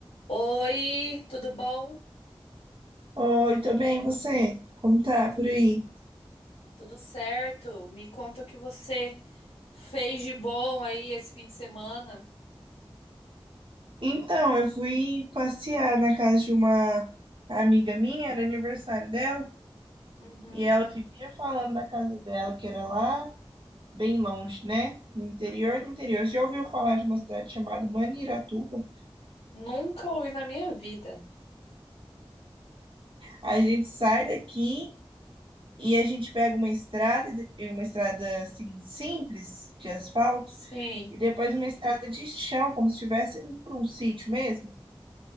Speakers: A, on the left (about 80°); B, on the right (about 60°).
A: Oi, tudo bom?
B: Oi, tudo bem, e você? Como tá
A: Tudo,
B: por aí?
A: tudo certo? Me conta o que você fez de bom aí esse fim de semana.
B: Então, eu fui passear na casa de uma amiga minha, era aniversário dela,
A: Uhum.
B: e ela vivia falando da casa dela, que era lá bem longe, né? No interior do interior. Você já ouviu falar de uma cidade chamada Maniratuba?
A: Nunca ouvi na minha vida.
B: A gente sai daqui e a gente pega uma estrada, e uma estrada assim simples de asfalto,
A: Sim.
B: e depois uma estrada de chão, como se estivesse indo por um sítio mesmo.